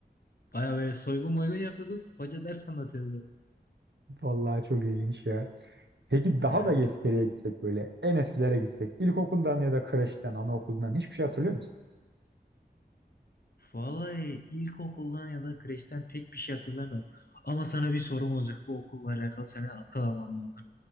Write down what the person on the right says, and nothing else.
vallahi çok ilginç ya. Peki
daha da yes-
geriye gitsek böyle en eskilere gitsek ilkokuldan ya da kreşten, anaokuldan hiçbir şey hatırlıyor musun?